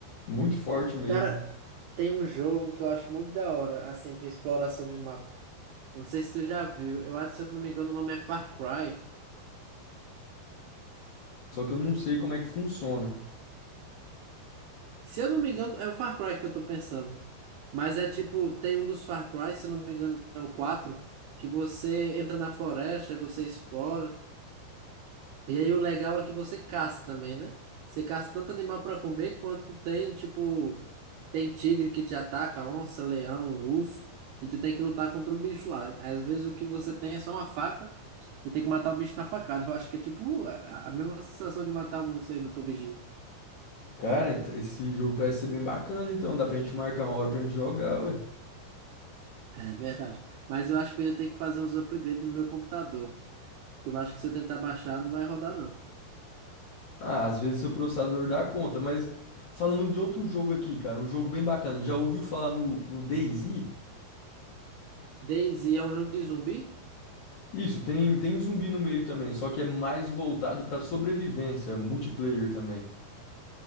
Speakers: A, on the left; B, on the right.
A: Muito forte mesmo.
B: Cara, tem um jogo que eu acho muito da hora, assim, de exploração de mapa. Não sei se tu já viu. Eu acho, se eu não me engano, o nome é Far Cry.
A: Só que eu não sei como é que funciona.
B: Se eu não me engano, é o Far Cry que eu tô pensando. Mas é tipo, tem um dos Far Cry, se eu não me engano, é o 4 que você entra na floresta e você explora. E aí o legal é que você caça também, né? Você caça tanto animal para comer quanto tem, tipo, tem tigre que te ataca, onça, leão, urso, e tu tem que lutar contra um bicho lá. Às vezes o que você tem é só uma faca, tu tem que matar o bicho na facada. <laughs> Eu acho que é tipo uh, a, a mesma sensação de matar um urso aí no PUBG.
A: Cara, ent- esse jogo parece ser bem bacana, então dá pra gente marcar uma hora pra gente jogar, ué.
B: É verdade. Mas eu acho que eu ainda tenho que fazer uns upgrades no meu computador, que eu acho que se eu tentar baixar não vai rodar não.
A: Ah, às vezes seu processador dá conta, mas falando de outro jogo aqui, cara, um jogo bem bacana. Já ouviu falar no, no DayZ?
B: DayZ é um jogo de zumbi?
A: Isso, tem, tem zumbi no meio também, só que é mais voltado pra sobrevivência, multiplayer também.